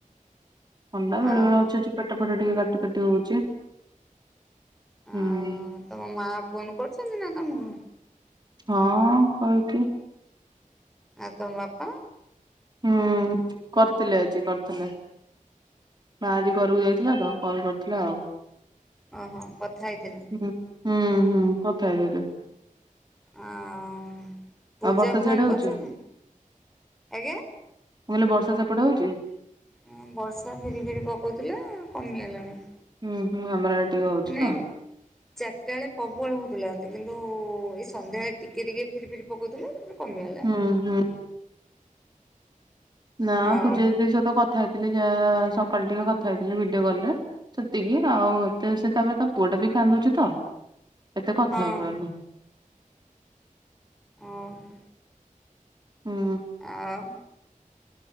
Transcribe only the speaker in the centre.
ଆଉ
ଆଉ ତମ ମା ଫୋନ କରୁଛନ୍ତି ନା ତମକୁ।
ଆ ତମ ବାପା।
ଓହୋ କଥା ହେଇଥିଲା।
ଆଉ ପୂଜା
ଫୋନ
କରୁଛି ନା ଆଜ୍ଞା।
ହଁ ବର୍ଷା ଫିରି ଫିରି ପକଉଥିଲା କମିଗଲାଣି।
ମାନେ
ଚାରିଟା ବେଳେ ପ୍ରବଳ ହଉଥିଲା। କିନ୍ତୁ ଏଇ ସନ୍ଧ୍ୟାବେଳେ ଟିକେ ଟିକେ ଫିରି ଫିରି ପକଉଥିଲା। କମିଗଲା।
ଆଉ
ହଁ
ଓହୋ।
ଆଉ